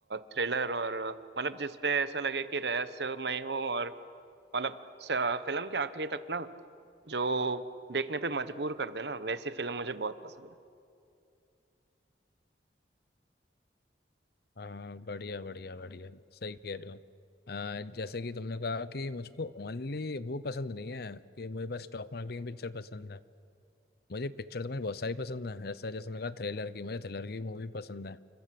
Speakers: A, on the right; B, on the left.
A: थ्रिलर और अ, मतलब जिसपे ऐसा लगे कि रहस्यमय हो और मतलब फिल्म के आखिरी तक ना जो देखने पे मजबूर कर देना वैसी फिल्म मुझे बहुत पसंद
B: हाँ बढ़िया बढ़िया बढ़िया सही कह रहे हो अ, जैसे कि तुमने कहा कि मुझको ओनली वो पसंद नहीं है कि मुझे बस स्टॉक मार्केट की पिक्चर पसंद है मुझे पिक्चर तो मुझे बहुत सारी पसंद है जैसे जैसे मैंने कहा थ्रिलर की मुझे थ्रिलर की मूवी पसंद है